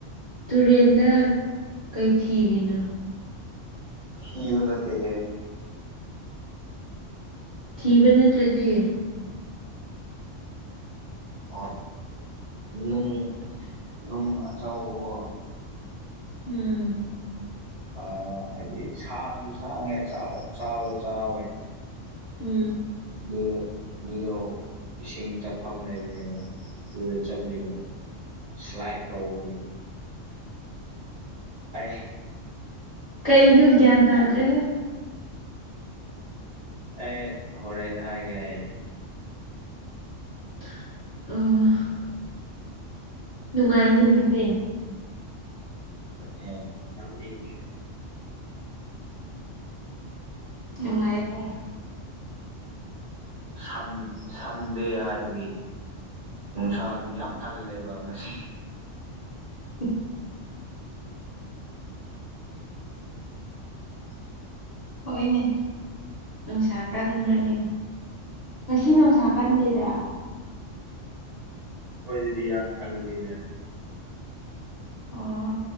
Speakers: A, on the left; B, on the right.
A: ꯇꯨꯔꯦꯟꯗ ꯀꯩ ꯊꯤꯔꯤꯅꯣ
B: ꯊꯤꯕ ꯅꯠꯇꯦꯍꯦ
A: ꯊꯤꯕ ꯅꯠꯇ꯭ꯔꯗꯤ
B: ꯑꯣ ꯅꯨꯡ ꯅꯨꯡ ꯑꯆꯕꯀꯣ
A: ꯎꯝ
B: ꯑ ꯍꯥꯏꯗꯤ ꯁꯥꯡꯁꯨ ꯁꯥꯡꯉꯦ ꯆꯥꯎꯕꯁꯨ ꯆꯥꯎꯋꯦ
A: ꯎꯝ
B: ꯑꯗꯨ ꯑꯗꯨꯗꯣ ꯏꯁꯤꯡ ꯆꯥꯐꯝ ꯂꯩꯕꯅꯦꯕ ꯑꯗꯨꯗ ꯆꯜꯂꯤꯠꯕ ꯁ꯭ꯂꯥꯏꯠ ꯇꯧꯕꯒꯤ <unintelligible>
A: ꯀꯩꯩꯅꯣ ꯒ꯭ꯌꯥꯟ ꯇꯗ꯭ꯔꯦꯍꯦ
B: ꯑꯩ ꯍꯣꯔꯦꯟ ꯍꯥꯏꯒꯦ ꯑꯩ
A: <unintelligible> ꯅꯨꯡꯉꯥꯏꯅꯤ ꯑꯗꯨꯗꯤ
B: ꯏꯅꯦ ꯌꯥꯝ ꯏꯪꯉꯦ
A: ꯅꯨꯡꯉꯥꯏꯅꯦ
B: ꯁꯟ ꯁꯟꯗꯦ ꯍꯥꯏꯕꯒꯤ ꯅꯨꯡꯁꯥꯁꯨ ꯌꯥꯝ ꯀꯜꯂꯦꯕ ꯉꯁꯤ
A: ꯎꯝ
B: <inaudible>
A: ꯍꯣꯏꯅꯦ ꯅꯨꯡꯁꯥ ꯀꯟꯕ꯭ꯔꯅꯤ ꯉꯁꯤ ꯅꯣꯡꯁꯥ ꯀꯟꯗꯦꯗ
B: ꯍꯣꯏꯗꯗꯤ ꯌꯥꯝ ꯀꯜꯗꯦ
A: ꯑꯣ